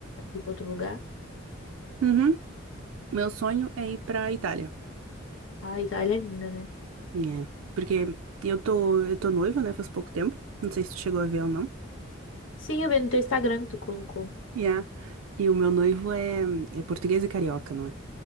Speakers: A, on the left (about 75°); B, on the right (about 85°).
A: ir pra outro lugar.
B: Uhum. Meu sonho é ir pra Itália.
A: Ai, Itália é linda, né?
B: É, porque eu tô, eu tô noiva, né? Faz pouco tempo. Não sei se tu chegou a ver ou não.
A: Sim, eu vi no teu Instagram que tu colocou.
B: Yeah. E o meu noivo é, é português e carioca, não é?